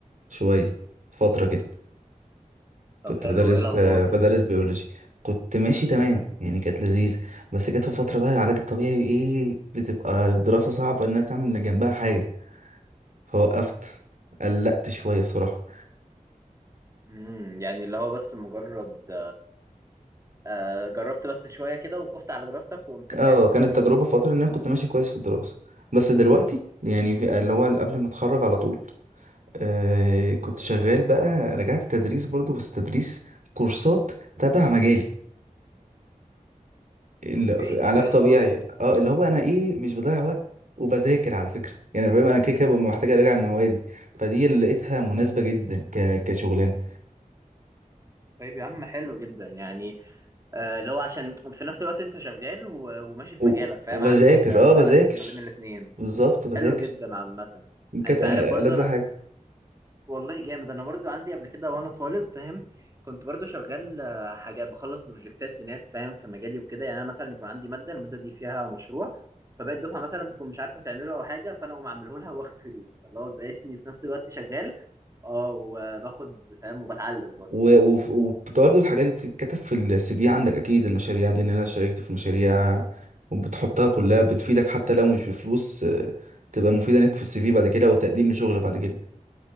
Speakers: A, on the right (about 60°); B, on the right (about 20°).
A: شوية فترة كده كنت
B: طب حلو
A: بدرس
B: ايه الاخبار
A: آه، بدرس بيولوجي كنت ماشي تمام يعني كانت لذيذ بس جت في فترة بقى العلاج الطبيعي إيه بتبقى الدراسة صعبة إنها تعمل جنبها حاجة فوقفت قلقت شوية بصراحة
B: امم يعني اللي هو بس مجرد آه جربت بس شوية كده وخفت على دراستك وقمت رجعت
A: اه
B: تاني
A: كانت تجربة فترة إن أنا كنت ماشي كويس في الدراسة بس دلوقتي يعني في اللي هو قبل ما أتخرج على طول آه كنت شغال بقى رجعت تدريس برضو بس تدريس كورسات تبع مجالي اللي-
B: اوكي
A: في
B: طب
A: علاج
B: حلو
A: طبيعي
B: قوي
A: اه اللي هو انا ايه مش بضيع وقت وبذاكر على فكرة يعني فاهم انا كده كده ببقى محتاج اراجع موادي فدي اللي لقيتها مناسبة جدا ك... كشغلانة
B: طيب يا عم حلو جدا يعني آه، اللي هو عشان في نفس الوقت انت شغال و- وماشي في
A: و...
B: مجالك فاهم
A: وبذاكر
B: عامل آه،
A: اه
B: بالانس
A: بذاكر
B: ما بين الاتنين
A: بالظبط بذاكر
B: حلو جدا عامة
A: كانت
B: انت
A: انا
B: عارف برضو
A: ألذ
B: انا
A: حاجة
B: والله جامد انا برضو عندي قبل كده وانا طالب فاهم كنت برضو شغال آه، حاجة بخلص بروجكتات لناس فاهم في مجالي وكده يعني انا مثلا يكون عندي مادة المادة دي فيها مشروع فبقيت دفعة مثلا تكون مش عارفة تعمله او حاجة فانا اقوم اعمله لها واخد فلوس فاللي هو بقى اسمي في نفس الوقت شغال اه وباخد فاهم وبتعلم برضو
A: و- وف- وبرضه الحاجات دي بتتكتب في السي في عندك اكيد المشاريع دي ان انا شاركت في مشاريع وبتحطها كلها بتفيدك حتى لو مش بفلوس آه، تبقى مفيدة ليك في السي في بعد كده وتقديم لشغل بعد كده